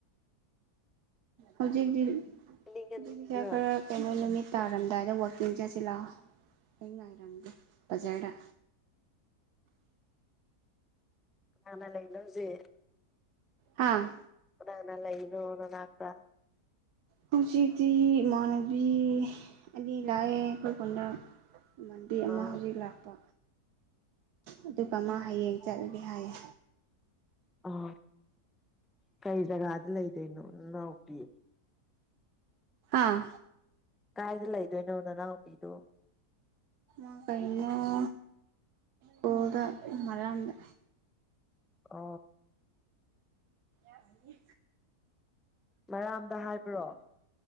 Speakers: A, on the right (about 75°); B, in the centre.
A: ꯍꯧꯖꯤꯛꯇ ꯍꯧꯖꯤꯛ
B: ꯅꯤꯡꯉꯅꯤꯗꯅ
A: ꯈꯔ ꯀꯩꯅꯣ ꯅꯨꯃꯤꯠ ꯇꯥꯔꯝꯗꯥꯏꯗ ꯋꯥ ꯇꯤꯡ ꯆꯥꯁꯤ ꯂꯥꯛꯑꯣ ꯑꯩ ꯉꯥꯏꯔꯝꯒꯦ ꯕꯖꯥꯔꯗ
B: <unintelligible> ꯀꯅꯥꯅ ꯂꯩ ꯂꯧꯁꯦ
A: ꯍꯥ
B: ꯈꯨꯗꯪꯅꯂ ꯏꯣ ꯅꯅꯥꯛꯇ
A: ꯍꯧꯖꯤꯛꯇꯤ ꯏꯃꯥꯟꯅꯕꯤ ꯑꯅꯤ ꯂꯥꯛꯑꯦ ꯑꯩꯈꯣꯏ ꯀꯣꯟꯗ ꯃꯟꯕꯤ ꯑꯃ
B: ꯑꯥ
A: ꯍꯧꯖꯤꯛ ꯂꯥꯛꯄ ꯑꯗꯨꯒ ꯃꯥ ꯍꯌꯦꯡ ꯆꯠꯂꯒꯦ ꯍꯥꯏꯌꯦ
B: ꯑꯥ ꯀꯔꯤ ꯖꯒꯥꯗ ꯂꯩꯗꯣꯏꯅꯣ ꯅꯅꯥꯎꯄꯤꯌꯦ
A: ꯑꯥ
B: ꯀꯥꯏꯗ ꯂꯩꯗꯣꯏꯅꯣ ꯅꯅꯥꯎꯄꯤꯗꯣ
A: ꯑ ꯀꯩꯅꯣ ꯀꯗ ꯃꯔꯗ
B: ꯑ
A: ꯑꯗꯨ
B: ꯃꯔꯥꯝꯗ ꯍꯥꯏꯕ꯭ꯔꯣ